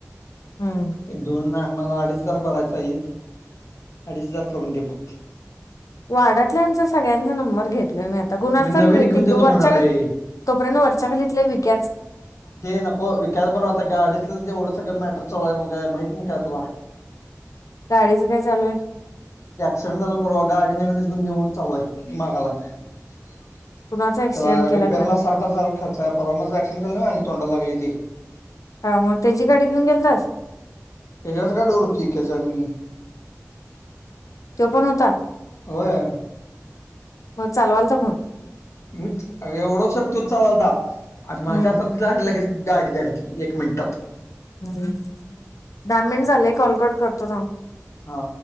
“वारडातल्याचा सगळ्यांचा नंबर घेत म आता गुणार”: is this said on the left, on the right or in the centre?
Left